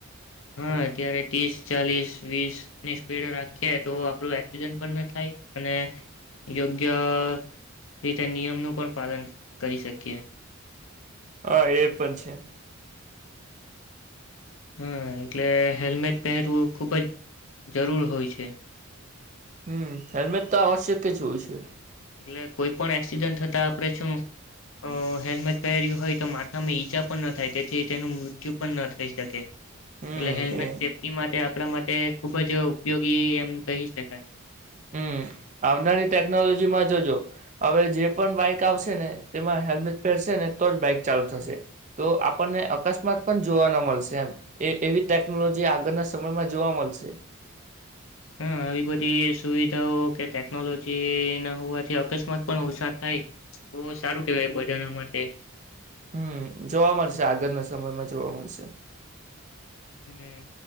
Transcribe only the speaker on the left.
હા અત્યારે ત્રીસ, ચાલીસ, વીસ ની સ્પીડ રાખીએ તો આપણું એક્સિડન્ટ પણ ના થાય, અને યોગ્ય રીતે નિયમ નું પણ પાલન કરી શકીએ.
હા એટલે હેલ્મેટ પહેરવું ખૂબ જ જરૂર હોય છે.
એટલે કોઈ પણ એક્સિડન્ટ થતા આપણે શું અહ હેલ્મેટ પહેર્યું હોય તો માથામાં ઈજા પણ ન થાય તેથી તેનું મૃત્યુ પણ ન થઈ શકે.
એટલે હેલ્મેટ
સેફ્ટી માટે આપણા માટ ટે ખૂબ જ ઉપયોગી એમ કહી શકાય.
હા આવી બધી સુવિધાઓ કે ટેકનોલોજી ના હોવાથી અકસ્માત પણ ઓછા થાય તો સારું કેવાય બધાને માટે.
હમ્મ